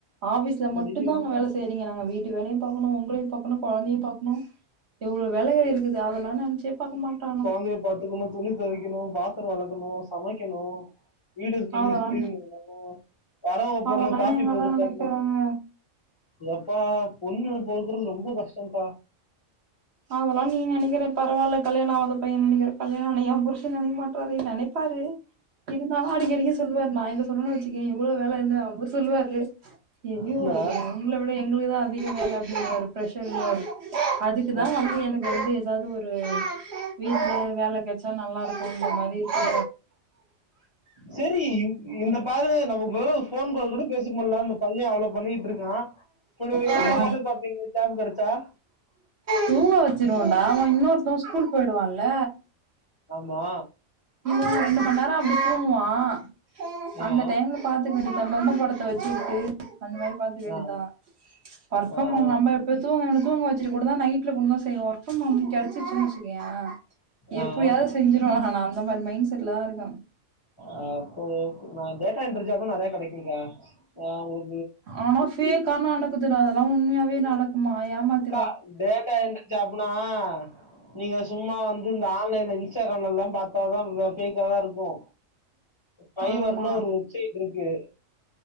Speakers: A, on the right; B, on the left.
A: ஆபீஸ்ல மட்டு
B: ஐயோ!
A: தா அங்க வேல செய்றீங்க நாங்க வீட்டு வேலையு பாக்கணு உங்களையு பாக்கணு கொழந்தையு பாக்கணு எவ்ளோ வேலைககள் இருக்குது அதல்லா நெனைச்சே பாக்க மாட்டாங்கனு
B: புள்ளைய பாத்துக்கனு துணி துவைக்கணு பாத்ர வளக்கணு சமைக்கணு வீடு <unintelligible>
A: அதெல்லா
B: க்ளீன் பண்ணணு வரவ போரவங்க
A: அதெல்லா
B: காபி
A: எங்கடா
B: போட்டு
A: நெனைக்கிறாங்க
B: தரணு எப்பா பொண்ணு பொறக்கறது ரொம்ப கஷ்டங்கா
A: அதல்லா நீ நனைகிற பரவால்ல கல்யாண ஆவாத பையன் நனைக்கிற கல்யாண ஆன என் புருச நனைக்க மாட்றாரு நனைப்பாரு இருந்தாலு அடிக்கடிக்க சொல்லுவாரு நா இத சொன்னனா வச்சுக்கேயே எவ்ளோ வேல என்னு அவர் சொல்லுவாரு ஐயோ
B: என்ன
A: உங்கள விட எங்களுக்குதா அதிக வேல அப்டிங்பாரு ப்ரஷர் பாரு அதுக் குதா
B: ஆ
A: வந்து எனக்கு வந்து ஏதாவது ஒரு வீட்லே வேல கச்சா நல்லா இருக்குங் மாரி இருக்கு
B: செரி இந்த பார்வ நமக் உங்களாள ஒரு போன் கால் கூட பேச முல்ல அந்த பையன் அவ்ளோ பண்ணிட்டு இருக்கான் எப்டி
A: ஆ
B: வேல பாப்பீங்க ஜாப் கடச்சா
A: தூங்க வச்சிருவடா அவன் இன்னொருத்த ஸ்கூல் போயிடுவான்ல
B: ஆமா
A: இவன் ரெண்டு மண் நேரோ அப்டி தூங்குவான்
B: ஆ
A: அந்த டைம் பாத்துக்க வேண்டிதா பொம்ம படத்த வச்சுவுட்டு அந்த மாரி பாத்துக்க வேண்டிதா
B: ஆ
A: <unintelligible> <unintelligible> நைட்ல
B: ஆ ஆ
A: கொன் நேர செய்ய ஒர்க் ஃபர்ம் ஹோம் கெடச்சிச்சுன்னு வச்சுக்கேய எப்படியாது
B: ஆ ஆ
A: செஞ்சிருவ ஆன அந்த மாரி மைண்ட் செட்ல தா இருக்க
B: அ அப்போ ஒகே டேட்டா எண்ட்ரி ஜாப்லா நறைய கடைக்குங்கா நா உங்களுக்
A: ஆனா ஃப்பேக்கா நடக்குது டா அதெல்லா உண்மையாவே நடக்குமா ஏமாத்
B: அக்கா டேட்டா எண்ட்ரி ஜாப்னா நீங்க சும்மா வந்து இந்த ஆன் என் இன்ஸ்டாகிராம் எல்லா பாத்தாத ஃபேகா தா இருக்கு பைவர்னு
A: ஆமா
B: ஒரு வெப் சைட் இருக்கு